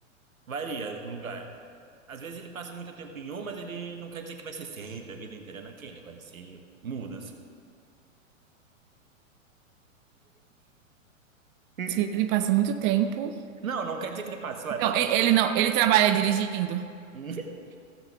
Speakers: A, on the right; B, on the right.
A: Varia o lugar. Às vezes ele passa muito tempo em um, mas ele não quer dizer que vai ser sempre, a vida inteira é naquele. Vai ser... Muda, assim. <laughs>
B: Se ele passa muito tempo.
A: Não, não quer dizer que ele passa. Vai,
B: Então,
A: pode
B: e-
A: passar.
B: ele não, ele trabalha dirigindo.
A: <laughs>